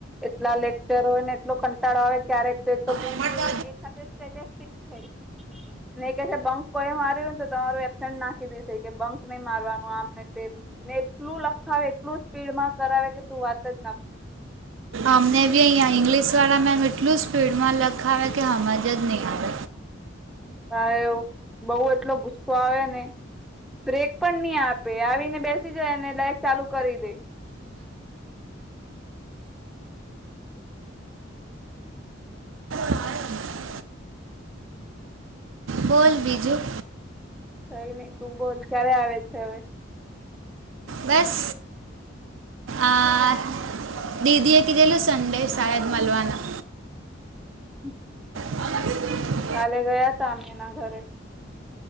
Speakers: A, in the centre; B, on the right.
A: એટલા લેક્ચર હોય ને એટલો કંટાળો આવેય ક્યારેક તો બી
B: મળતા
A: બી એક હાથે જ સ્ટેટેસ્ટિક છે ને કે છે બંક કોઈ માર્યુંને તો તમારું એબસેન્ટ નાખી દેશે કે બંક નહી મારનું આમને તેમ ને એટલું લખાવે એટલું સ્પીડ માં કરાવે કે તું વાત જ ના પૂછ
B: અમને બી અહીંયા ઇંગ્લિશ વાળા મેમ એટલું સ્પીડમાં લખાવે કે હમજ જ નહીં આવે
A: તારે એ બઉ એટલો ગુસ્સો આવે ને બ્રેક પણ નહી આપે આવીને બેસી જાય અને લાયક ચાલુ કરી દે
B: આવે બોલ બીજું
A: કઈ નઈ તું બોલ ક્યારે આવે છે હવે?
B: બસ આ દીદી એ કીધેલું સંડે સાાયદ મલવાના
A: હમ
B: <unintelligible>
A: કાલે ગયા હતા અમે એના ઘરે